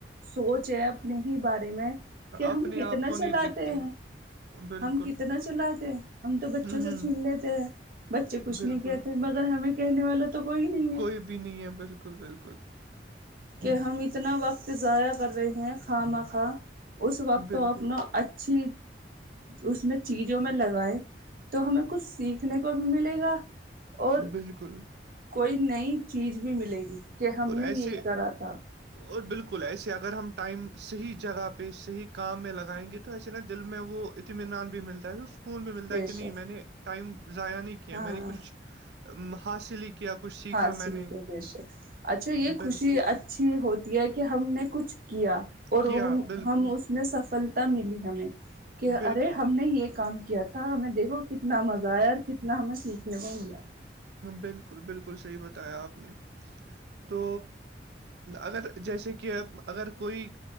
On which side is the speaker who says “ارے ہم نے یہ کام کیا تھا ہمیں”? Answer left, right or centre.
Right